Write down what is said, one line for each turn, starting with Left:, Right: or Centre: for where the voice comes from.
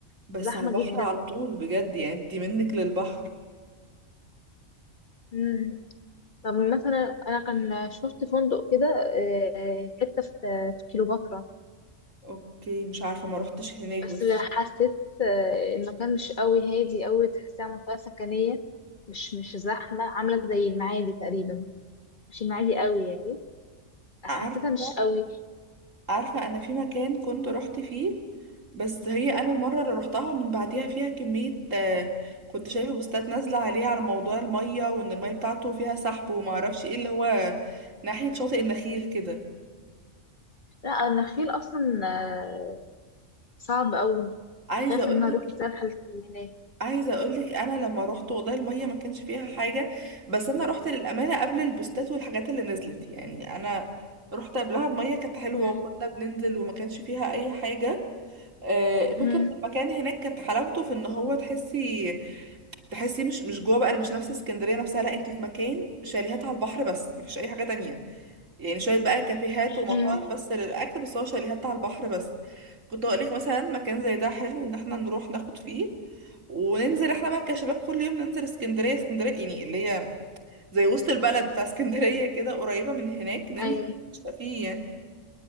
Right: بس
Left: زحمه
Right: على البحر
Left: جدا
Right: على طول بجد يعني انتي منك للبحر
Left: امم طب مثلا انا كان شفت فندق كده آه، حته في في كيلوباترا
Right: اوكي مش عارفة ما روحتش هناك
Left: بس
Right: بس
Left: حسيت آه، المكان مش قوي هادي قوي تحسيها منطقة سكنية مش مش زحمة عاملة زي المعادي تقريبا مش المعادي قوي يعني حسيتها
Right: عارفة
Left: مش قوي
Right: عارفة أنا في مكان كنت رحت فيه بس هي أنا المرة اللي رحتها من بعديها فيها كمية آه، كنت شايفة بوستات نازلة عليه على موضوع المية وإن المية بتاعته فيها سحب ومعرفش إيه اللي هو ناحية شاطئ النخيل كده
Left: لا النخيل أصلا آه، صعب قوي
Right: عايزة
Left: خايفة
Right: أقولك
Left: إن أنا أروح بسبب الحالات اللي هناك
Right: عايزة أقولك أنا لما روحت والله المية ما كانش فيها حاجة بس أنا روحت للأمانة قبل البوستات والحاجات اللي نزلت يعني أنا رحت قبلها المية كانت حلوة
Left: مم.
Right: وكنا بننزل وما كانش فيها أي حاجة آه، فكرة
Left: مم.
Right: المكان هناك كانت حلاوته في ان هو تحسي تحسي مش مش جوه بقى انا مش نفس اسكندرية نفسها لا انت في مكان شاليهات على البحر بس مفيش اي حاجة تانية يعني شوية بقى كافيهات ومطاعم
Left: مم.
Right: بس للاكل بس هو شاليهات على البحر بس كنت اقولك مثلا مكان زي ده حلو ان احنا نروح ناخد فيه وننزل احنا بقى كشباب كل يوم ننزل اسكندرية اسكندرية يعني اللي هي زي وسط البلد بتاع اسكندرية كده قريبة من هناك ننزل
Left: أيوة
Right: نشتاق فيه يعني